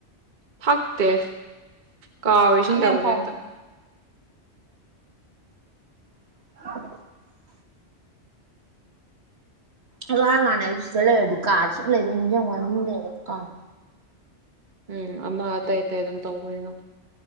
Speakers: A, on the right; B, on the right.
A: ꯊꯛꯇꯦ ꯀꯥꯎꯋꯦ
B: ꯃꯌꯥꯝ
A: ꯏꯁꯤꯡ
B: ꯃꯌꯥꯝ
A: ꯊꯛꯄꯁꯦ
B: ꯊꯛꯑꯣ
A: ꯍꯦꯛꯇ
B: <unintelligible> ꯑꯗꯨ ꯍꯥꯏꯕ ꯋꯥꯅꯦ ꯑꯩꯁꯨ ꯁꯤꯗ ꯂꯩꯔꯗꯤ ꯀꯥꯗ ꯁꯨꯝ ꯂꯩꯕꯩ ꯅꯤꯡꯖꯤꯡꯕ ꯋꯥꯅꯦ ꯌꯨꯝꯗ ꯂꯩꯔꯗꯤ ꯍꯦꯛꯇ ꯀꯥꯎꯑꯦ
A: ꯎꯝ ꯑꯃ ꯑꯇꯩ ꯑꯇꯩ ꯑꯗꯨꯝ ꯇꯧꯕꯅꯤꯅ